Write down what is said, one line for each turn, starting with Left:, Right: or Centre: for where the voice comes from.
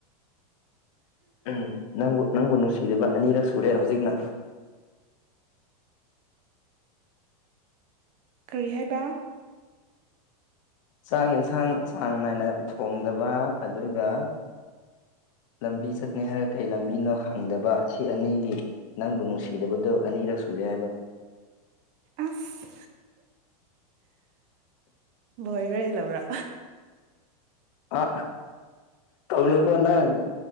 Left: ꯎꯝ ꯅꯪꯕꯨ ꯅꯪꯕꯨ ꯅꯨꯡꯁꯤꯔꯤꯕ ꯑꯅꯤꯔꯛ ꯁꯨꯔꯦ ꯍꯧꯖꯤꯛꯅ
Right: ꯀꯔꯤ ꯍꯥꯏꯕ
Left: ꯆꯥꯛ ꯌꯦꯟꯁꯥꯡ ꯆꯥꯡ ꯅꯥꯏꯅ ꯊꯣꯡꯗꯕ ꯑꯗꯨꯒ ꯂꯝꯕꯤ ꯆꯠꯅꯤ ꯍꯥꯏꯔ ꯀꯩ ꯂꯝꯕꯤꯅꯣ ꯍꯪꯗꯕ ꯁꯤ ꯑꯅꯤꯒꯤ ꯅꯪꯕꯨ ꯅꯨꯡꯁꯤꯗꯕꯗꯣ ꯑꯅꯤꯔꯛ ꯁꯨꯔꯦ ꯍꯥꯏꯕ
Right: ꯑꯁ ꯚꯣꯏꯔꯦ ꯂꯧꯔ
Left: ꯑ ꯇꯧꯅꯨꯀꯣ ꯅꯪ